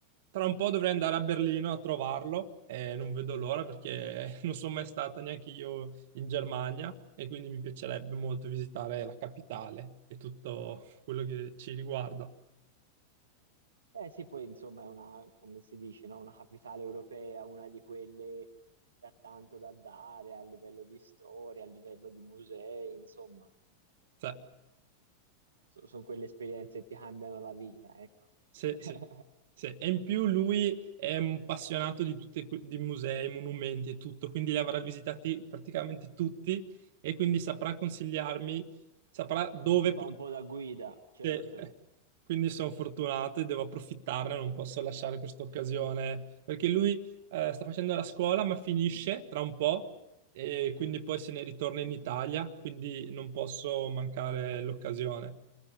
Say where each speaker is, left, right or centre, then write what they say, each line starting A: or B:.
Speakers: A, on the right (about 55°); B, on the right (about 70°).
A: tra un po' dovrei andare a Berlino a trovarlo. E non vedo l'ora perché <laughs> non sono mai stato neanche io in Germania e quindi mi piacerebbe molto visitare la capitale e tutto quello che ci riguarda.
B: Eh sì, poi insomma è una, come si dice, no? Una capitale europea, una di quelle che ha tanto da dare a livello di storia, a livello di musei, insomma,
A: Cioè,
B: sono quelle esperienze che ti cambiano la vita, ecco.
A: Sì,
B: <laughs>
A: sì, sì. E in più lui è un appassionato di tutti i musei, monumenti e tutto, quindi li avrà visitati praticamente tutti e quindi saprà consigliarmi, saprà dove
B: Ti
A: portare.
B: fa un po' da guida, certo.
A: <laughs> Quindi sono fortunato e devo approfittarne, non posso lasciare questa occasione, perché lui eh, sta facendo la scuola ma finisce tra un po' e quindi poi se ne ritorna in Italia, quindi non posso mancare l'occasione.